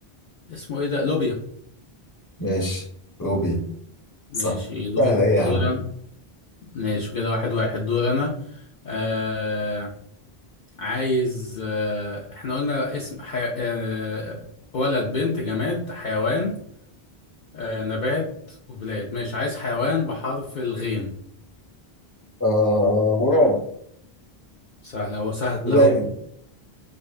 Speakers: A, on the left; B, on the left.
A: اسمه إيه ده لوبيا
B: ماشي لوبيا
A: ماشي
B: صح
A: دور
B: سهلة ايه يا
A: دور
B: عم
A: أنا. ماشي كده واحد واحد دور أنا آه عايز آه، احنا قلنا اسم حي... آه، ولد بنت جماد حيوان آه، نبات وبلاد ماشي عايز حيوان بحرف الغين
B: آه غراب
A: سهل اهو سهل
B: غزالة
A: اهو